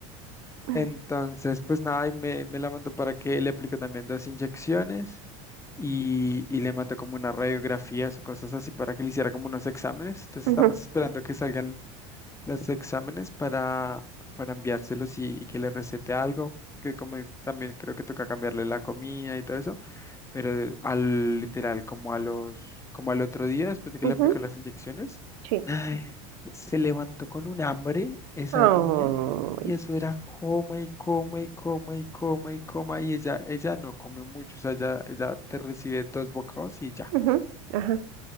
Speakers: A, on the right; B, on the left.
A: <laughs>
B: Entonces, pues nada, y me, me la mandó para que le aplique también dos inyecciones y, y le mandó como unas radiografías o cosas así para que le hiciera como unos exámenes. Entonces
A: Ujú,
B: estamos esperando que salgan los exámenes para, para enviárselos y, y que le recete algo, que como también creo que toca cambiarle la comida y todo eso pero al literal, como a los, como al otro día, después de que
A: ujú,
B: le aplicó las inyecciones,
A: sí.
B: ay, se levantó con un hambre esa
A: Ay,
B: niña y eso era coma y coma y coma y coma y coma y ella, ella no come mucho, o sea, ella, ella te recibe dos bocados y ya.
A: ujú, ajá.